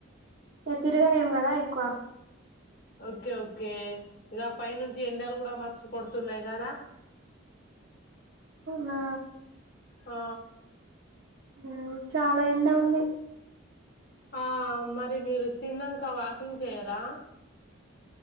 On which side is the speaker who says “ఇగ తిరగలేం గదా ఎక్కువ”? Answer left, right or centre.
Right